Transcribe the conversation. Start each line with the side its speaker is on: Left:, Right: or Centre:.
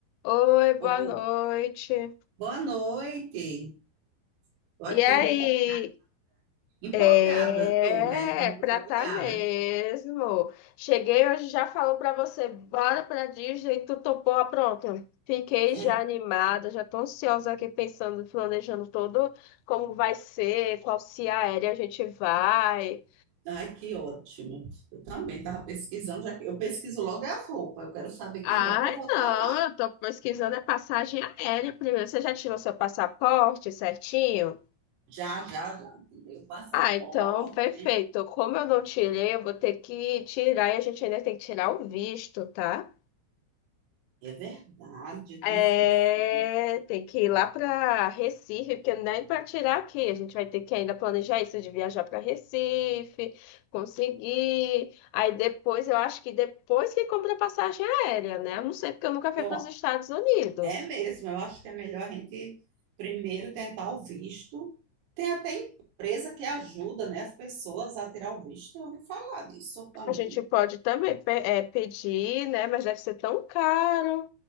Left: Oi,
Right: Ô,
Left: boa noite.
Right: boa noite. Tô aqui
Left: E aí?
Right: empolgada. Empolgada
Left: É,
Right: eu tô, né, com a nossa
Left: pra tá
Right: viagem.
Left: mesmo. Cheguei hoje, já falou pra você, bora pra Disney, tu topou, ah, pronto. Fiquei
Right: É,
Left: já animada, já tô ansiosa aqui pensando, planejando todo como vai ser, qual se aérea a gente vai.
Right: ai, que ótimo. Eu também tava pesquisando, já que eu pesquiso logo é a roupa, Eu quero saber que
Left: Ai,
Right: roupa eu vou
Left: não,
Right: estar lá.
Left: eu tô pesquisando é passagem aérea primeiro. Você já tirou seu passaporte certinho?
Right: Já, já, já. Tirei o passaporte.
Left: Ah, então, perfeito. Como eu não tirei, eu vou ter que tirar e a gente ainda tem que tirar o visto, tá?
Right: É verdade, eu tinha
Left: É,
Right: esquecido.
Left: tem que ir lá para Recife, porque nem para tirar aqui. A gente vai ter que ainda planejar isso de viajar para Recife, conseguir. Aí depois, eu acho que depois que compra a passagem aérea, né? Eu não sei, porque eu nunca fui
Right: Eu,
Left: para os Estados Unidos.
Right: é mesmo, eu acho que é melhor a gente primeiro tentar o visto. Tem até empresa que ajuda, né, as pessoas a tirar o visto. Eu ouvi falar disso também.
Left: A gente pode também pe- é, pedir, né? Mas deve ser tão caro.